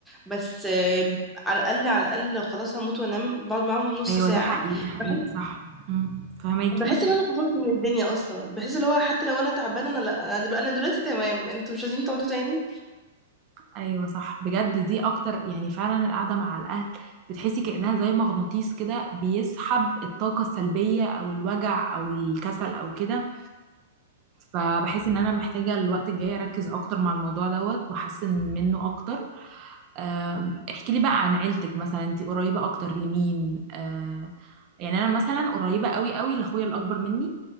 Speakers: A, in the centre; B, on the right.
A: بس آه، على الاقل على الاقل لو خلاص هموت وانام بقعد معاهم نص
B: ايوه
A: ساعة
B: ده حقيقي حقيقي
A: بحس
B: صح امم فهماكي
A: بحس ان انا فصلت من الدنيا اصلا بحس اللي هو حتى لو انا تعبانه انا لا انا دلوقتي, أنا دلوقتي تمام انتوا مش عايزين تقعدوا تاني
B: ايوه صح بجد دي اكتر يعني فعلا القعدة مع الأهل بتحسي كأنها زي مغناطيس كده بيسحب الطاقة السلبية او الوجع او الكسل او كده فبحس ان انا محتاجة الوقت الجاي اركز اكتر مع الموضوع دوت واحسن منه اكتر أم، احكي لي بقى عن عيلتك مثلا انت قريبة اكتر لمين آه، يعني انا مثلا قريبه قوي قوي لاخويا الاكبر مني